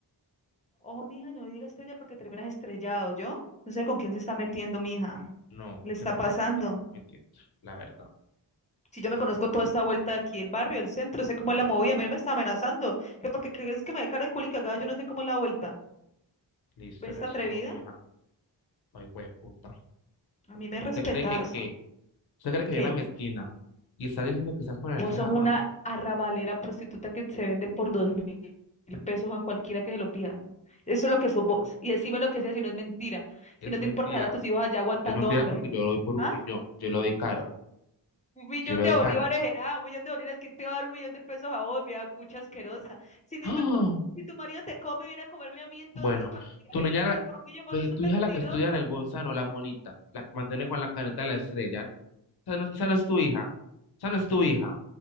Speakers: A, on the left; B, on the left.
A: Ojo, mija, no digas estrella porque terminas estrellado, ¿yo? No sé con quién se está metiendo, mija.
B: No,
A: Le
B: usted
A: está
B: no
A: pasando.
B: sabe con quién se está metiendo, la verdad.
A: Si yo me conozco toda esta vuelta de aquí, el barrio, el centro, sé cómo es la movida, a mí no me está amenazando. Que porque que es que me dé cara de culicagada, yo no sé cómo es la vuelta.
B: Listo,
A: ¿Ves
B: ya
A: esta
B: estuvo,
A: atrevida?
B: mija. Ay, puta.
A: A mí me respetas.
B: ¿Usted cree que qué? ¿Usted cree que
A: ¿Qué?
B: viene a mi esquina y está diciendo que estás con el
A: Vos
B: ceja?
A: sos una
B: No,
A: arrabalera prostituta que se vende por dos mil pesos a cualquiera que se lo pida. Eso es lo que sos vos. Y decime lo que sea si no es mentira.
B: es
A: Si no
B: mentira.
A: te importará a tus hijos allá aguantando
B: Es mentira
A: hambre.
B: porque yo lo doy por un
A: ¿Ah?
B: millón. Yo lo doy caro.
A: Un millón
B: Yo lo
A: de
B: doy
A: bolívares
B: caro.
A: era, un millón de bolívares, ¿quién te va a dar un millón de pesos a vos, vieja cucha asquerosa? Si ni
B: ¡Ah!
A: tu, si tu marido te come y viene a comerme a mí, entonces,
B: Bueno,
A: ¿para que digas
B: tu niña,
A: eso que
B: la-
A: te da por un millón? Vos
B: eh,
A: sos
B: tu
A: un mentirosa.
B: hija la que estudia en el Gonzalo, la monita, la que mantiene
A: ¿Qué?
B: con la caneta de la estrella, ¿no? Esa no, esa no es tu hija. Esa no es tu hija.